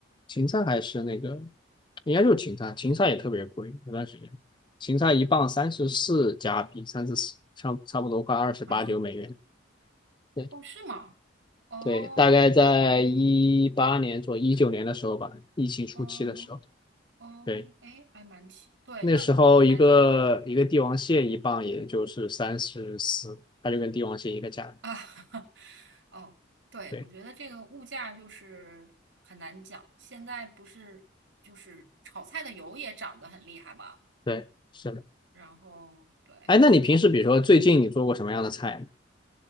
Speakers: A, on the left; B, on the right.
A: 芹菜还是那个应该就是芹菜，芹菜也特别贵。有段时间芹菜一磅三十四加币，三十四差差不多快二十八九美元。
B: 啊，
A: 对
B: 哦，是吗？哦，
A: 对，大概在一八年左一九年的时候吧，疫情初期的时候，
B: 哦，哦，
A: 对，
B: 诶，还蛮奇，对，
A: 那时候一个一个帝王蟹一磅也就是三十四，
B: 那它这个
A: 它就跟帝王蟹一个价格
B: 啊，<laughs> 哦，对，
A: 对
B: 我觉得这个物价就是很难讲。现在不是就是炒菜的油也涨得很厉害嘛，
A: 对，是的。
B: 然后对，
A: 哎，那你平时比如说最近你做过什么样的菜呢？